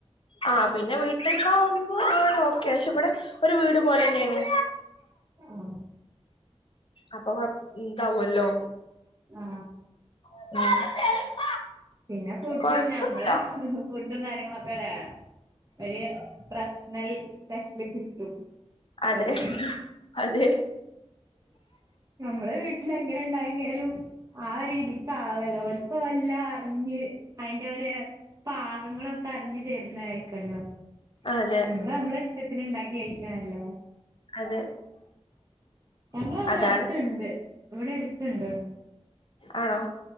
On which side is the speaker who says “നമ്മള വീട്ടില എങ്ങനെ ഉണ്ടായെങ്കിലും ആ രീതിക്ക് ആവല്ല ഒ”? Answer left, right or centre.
Right